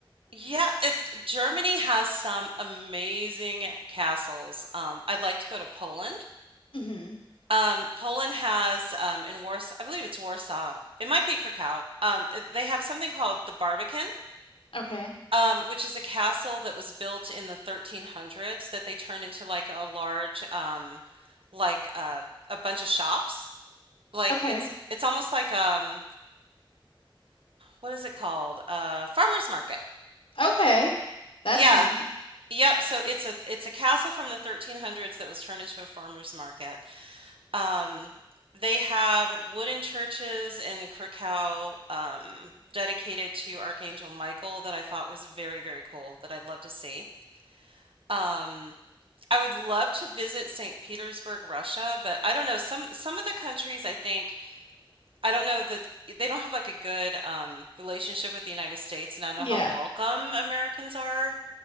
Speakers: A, on the right; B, on the left.
A: Yeah, it, Germany has some amazing castles. Um, I'd like to go to Poland.
B: <laughs> hmm
A: Um, Poland has um, in Warsaw, I believe it's Warsaw. It might be Krakow. Um, eh, they have something called the Barbican,
B: Okay.
A: um, which is a castle that was built in the 1300s that they turned into like a large, um, like uh, a bunch of shops. Like
B: Okay.
A: it's it's almost like um, what is it called? Uh, farmer's market.
B: Okay. That's
A: Yeah.
B: neat.
A: Yep. So it's a it's a castle from the 1300s that was turned into a farmer's market. Um, they have wooden churches in Krakow, um, dedicated to Archangel Michael that I thought was very, very cool that I'd love to see. Um, I would love to visit St. Petersburg, Russia, but I don't know. Some some of the countries I think I don't know that they don't have like a good um, relationship with the United States, and I don't
B: Yeah,
A: know how welcome Americans are.